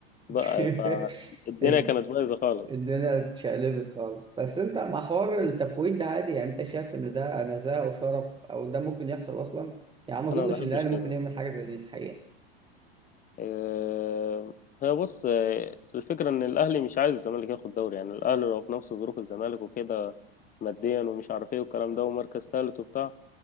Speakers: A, on the right; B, on the left.
A: <laughs>
B: بقى فالدنيا
A: الد-
B: كانت بايظه خالص
A: الدنيا اتشقلبت خالص بس انت مع حوار التفويت ده عادي يعني انت شايف ان ده نزاهه وشرف او ده ممكن يحصل اصلا يعني ما اظنش
B: انا ما بحبش
A: ان الاهلي
B: كده
A: ممكن يعمل حاجه زي دي الحقيقه
B: آه، هي بص آه، الفكره ان الاهلي مش عايز الزمالك ياخد دوري يعني الاهلي لو في نفس ظروف الزمالك وكده ماديا ومش عارف ايه والكلام ده ومركز ثالث وبتاع